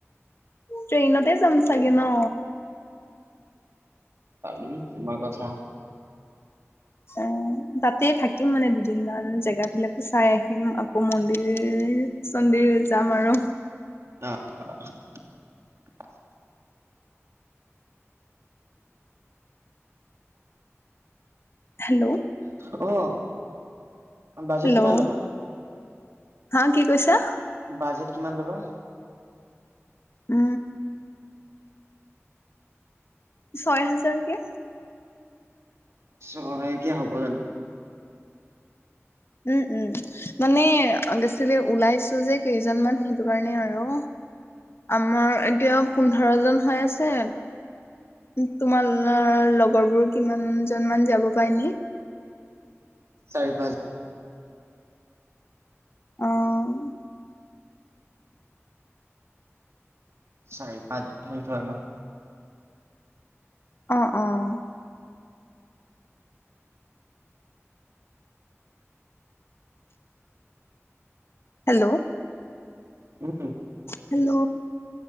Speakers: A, on the left (about 55°); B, on the right (about 65°).
A: ট্ৰেইনতে যাম চাগে ন!
B: পাৰি, তোমাৰ কথা।
A: অ', তাতেই থাকিম মানে দুদিনমান, জেগা বিলাকো চাই আহিম। আকৌ মন্দিৰ চন্দিৰ যাম আৰু।
B: অ'।
A: হেল্ল!
B: অ'। Budget
A: hello!
B: কিমান ল'বা
A: হা কি কৈছা?
B: বাজেট কিমান ল'বা?
A: উ। ছয় হাজাৰকে।
B: ছয় এতিয়া হ'ব জানো?
A: উ, উ, মানে, গেছিলে ওলাইছো যে কেইজনমান, সেইটো কাৰণে আৰু। আমাৰ এতিয়াও পোন্ধৰ জন হৈ আছে। তোমাৰ না লগৰ বোৰ কিমান জন মান যাব পায় নি?
B: চাৰি পাঁচ।
A: অ'।
B: চাৰি পাঁচজন মই উঠাই লম।
A: অ', অ'। হেল্ল!
B: উ।
A: হেল্ল!